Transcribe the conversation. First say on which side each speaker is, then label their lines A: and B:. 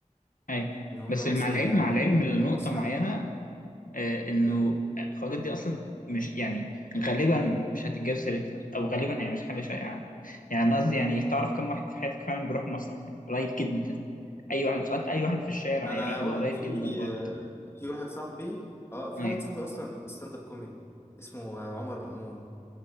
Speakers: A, on the left; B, on the left.
A: اي
B: ان هم
A: بس مع
B: مثلا
A: العلم
B: يروحوا
A: مع العلم لنقطة
B: آه، مسرح
A: معينة آه، انه
B: م-
A: الخواجات
B: م.
A: دي اصلا مش يعني غالبا مش هتتجاب سيرتها او غالبا هي مش حاجة شائعة يعني أنا قصدي يعني تعرف كم واحد في حياتك فعلا بيروح مسرح يعني قليل جدا اي واحد لو سألت اي واحد في الشارع
B: انا
A: هيبقى
B: واحد
A: قليل
B: في
A: جدا برضه
B: آه، في واحد صاحبي اه في
A: ايوه
B: واحد صاحبي اصلا ستاند اب كوميدي اسمه آه، عمر مأمون